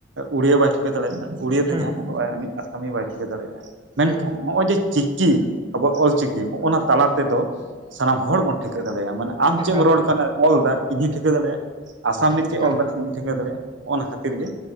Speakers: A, on the right; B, on the right.
A: ᱩᱲᱤᱭᱟᱹ ᱵᱟᱭ ᱴᱷᱤᱠᱟᱹ ᱫᱟᱲᱮᱭᱟᱜ-ᱟ ᱩᱲᱤᱭᱟᱹ ᱛᱮ
B: ᱦᱩᱸ
A: ᱡᱟᱦᱟᱸᱭ ᱚᱞᱚᱜ ᱩᱱᱤ ᱟᱥᱟᱢᱤᱭᱟᱹ ᱵᱟᱭ ᱴᱷᱤᱠᱟᱹ ᱫᱟᱲᱮᱭᱟᱜ-ᱟ ᱢᱮᱱᱠᱷᱟᱱ
B: ᱦᱩᱸ ᱦᱩᱸ
A: ᱱᱚᱜ-ᱚᱭ ᱡᱮ ᱪᱤᱠᱤ ᱟᱵᱚᱣᱟᱜ ᱚᱞᱪᱤᱠᱤ ᱦᱚᱸᱜ-ᱚᱸᱱᱟ ᱛᱟᱞᱟ ᱛᱮᱫᱚ ᱥᱟᱱᱟᱢ ᱦᱚᱲ ᱵᱚᱱ ᱴᱷᱤᱠᱟᱹ ᱫᱟᱲᱮᱭᱟᱜ-ᱟ ᱢᱟᱱᱮ ᱟᱢ
B: ᱮᱠᱟᱞ
A: ᱪᱮᱫ ᱮᱢ ᱨᱚᱲ ᱠᱟᱱᱟ ᱚᱞᱫᱟ ᱤᱧ ᱴᱷᱤᱠᱟᱹ ᱫᱟᱲᱮᱭᱟᱜ-ᱟ ᱟᱥᱟᱢ ᱨᱮᱱᱤᱡ
B: ᱮᱠᱟᱞ
A: ᱪᱮᱫ ᱚᱞ ᱫᱟᱭ ᱴᱷᱤᱠᱟᱹ ᱫᱟᱲᱮᱭᱟᱜᱼᱟ ᱚᱱᱟ ᱠᱷᱟᱹᱛᱤᱨ ᱜᱮ